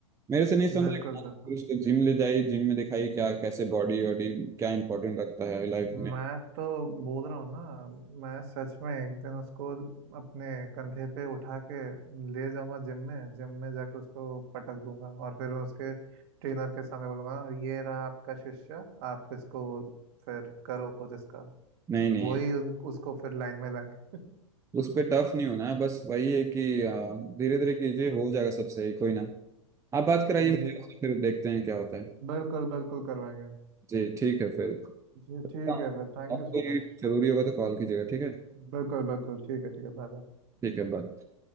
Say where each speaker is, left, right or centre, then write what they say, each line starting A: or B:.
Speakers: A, on the right; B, on the right.
A: मेरे से नहीं समझेगा
B: बिल्कुल
A: फिर
B: बिल्कुल
A: उसको जिम ले जाइए जिम में दिखाइए क्या कैसे बॉडी वॉडी क्या इंपॉर्टेंट रखता है लाइफ
B: मैं
A: में
B: तो बोल रहा हूँ ना मैं सच में एक दिन उसको अपने कंधे पे उठा के ले जाऊंगा जिम में जिम में जाके उसको पटक दूंगा और फिर उसके ट्रेनर के सामने बोलूंगा ये रहा आपका शिष्य आप इसको फिर करो कुछ इसका
A: नहीं नहीं
B: वही उन, उसको फिर लाइन में लाएंगे
A: उस पर टफ नहीं होना है बस वही है कि धीरे धीरे कीजिए हो जाएगा सब सही कोई ना आप बात कराइए
B: जी
A: मुझे उससे, फिर देखते हैं क्या होता है
B: बिल्कुल बिल्कुल करवाएंगे
A: जी ठीक है फिर
B: जी ठीक
A: हाँ,
B: है फिर Thank
A: आपको
B: you so much
A: जरूरी होगा तो कॉल कीजिएगा ठीक है
B: बिल्कुल बिल्कुल ठीक है ठीक है Bye bye
A: ठीक है बाय